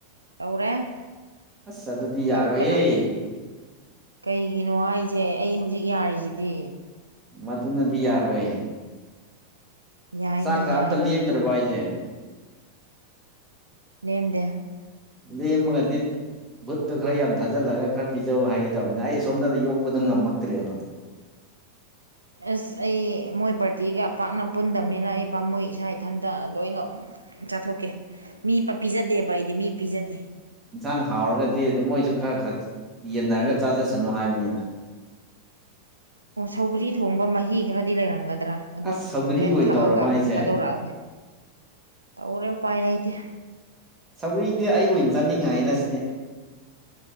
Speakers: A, on the right (about 85°); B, on the right (about 15°).
A: ꯇꯧꯔꯦ
B: ꯑꯁ ꯑꯗꯨꯗꯤ ꯌꯥꯔꯣꯏꯍꯦ
A: ꯑꯩ ꯀꯅꯥ ꯀꯩꯒꯤꯅꯣ ꯍꯥꯏꯁꯦ ꯑꯩ ꯍꯧꯖꯤꯛ ꯌꯥꯔꯤꯁꯤꯗꯤ
B: ꯃꯗꯨꯅꯗꯤ ꯌꯥꯔꯣꯏ
A: ꯌꯥꯏꯅꯦ
B: ꯆꯥꯛ ꯀꯌꯥ
A: ꯌꯥꯏꯅꯦ
B: ꯑꯝꯇ ꯂꯦꯝꯗ꯭ꯔꯕ ꯑꯩꯁꯦ
A: ꯅꯦꯝꯗꯦ
B: ꯂꯩ ꯃꯒꯗꯤ ꯕꯨꯨꯠꯇꯨ ꯈꯔ ꯌꯥꯝ ꯊꯥꯖꯤꯜꯂꯒ ꯈꯔ ꯄꯤꯖꯧ ꯍꯥꯏꯒꯦ ꯇꯕꯅꯤꯅ ꯑꯩ ꯁꯣꯝꯗꯅ ꯌꯣꯛꯄꯗꯨꯣ ꯉꯝꯃꯛꯇ꯭ꯔꯦꯕ
A: ꯑꯁ ꯑꯩ ꯃꯣꯏ ꯄꯥꯔꯇꯤꯒ ꯄꯥꯛꯅ ꯄꯨꯟꯗꯕꯅꯤꯅ ꯑꯩ ꯄꯥꯝꯃꯣꯏ ꯏꯁꯥ ꯏꯊꯟꯇ ꯂꯣꯏꯅ ꯆꯥꯊꯣꯛꯀꯦ ꯃꯤ ꯄꯤꯖꯗꯦꯕ ꯑꯩꯗꯤ ꯃꯤ ꯄꯤꯖꯗꯦ
B: ꯌꯦꯟꯁꯥꯡ ꯍꯥꯎꯔꯒꯗꯤ ꯑꯗꯨꯝ ꯃꯣꯏꯁꯨ ꯈꯔ ꯈꯔ ꯌꯦꯟꯅꯔꯒ ꯆꯥꯖꯁꯅꯨ ꯍꯥꯏꯕꯅꯤꯗ
A: ꯑꯣ ꯁꯧꯒ꯭ꯔꯤ ꯊꯣꯡꯕ ꯃꯍꯤ ꯈꯔꯗꯤ ꯂꯩꯔꯝꯒꯗ꯭ꯔꯥ ꯑꯗꯨ
B: ꯑꯁ ꯁꯧꯒ꯭ꯔꯤ
A: ꯍꯣꯔꯦꯟ
B: ꯑꯣꯏꯅ
A: ꯊꯛꯑꯒ
B: ꯇꯧꯔꯕ ꯍꯥꯏꯁꯦ
A: ꯑꯃꯨꯛ ꯊꯥꯗꯣꯔꯛꯑꯒꯦ ꯇꯧꯔꯦ ꯎꯄꯥꯏ ꯂꯩꯇꯦ
B: ꯁꯧꯒ꯭ꯔꯤꯗꯤ ꯑꯩ ꯑꯣꯏꯅ ꯆꯥꯅꯤꯡꯉꯥꯏꯩꯗ ꯁꯤꯗꯤ